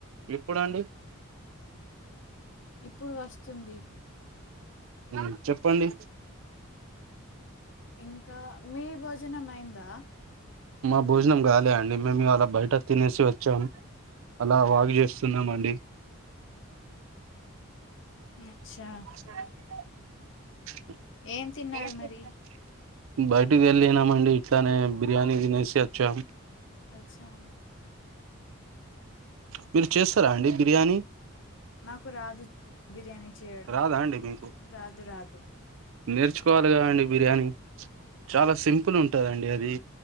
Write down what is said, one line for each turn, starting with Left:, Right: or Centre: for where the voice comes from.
Right: ఇప్పుడండి
Left: ఇప్పుడు వస్తుంది
Right: ఉ చెప్పండి
Left: ఇంకా మీ భోజనం అయ్యిందా
Right: మా భోజనం కాలే అండి మేము అలా బయట తినేసి వచ్చాము అలా వాగు చేస్తున్నాము అండి
Left: అచ్చా
Right: <unintelligible>
Left: ఏం తిన్నారు మరి
Right: బయటికి వెళ్ళినమ అండి ఇట్లనే బిర్యానీ తినేసి వచ్చాం
Left: అచ్చా ఉ
Right: మీరు చేస్తారా అండి బిర్యానీ
Left: నాకు రాదు బిర్యానీ చేయడం
Right: రాదా అండి మీకు
Left: రాదు రాదు
Right: నేర్చుకోవాలి కదా అండి బిర్యానీ చాలా సింపుల్ ఉంటదండి అది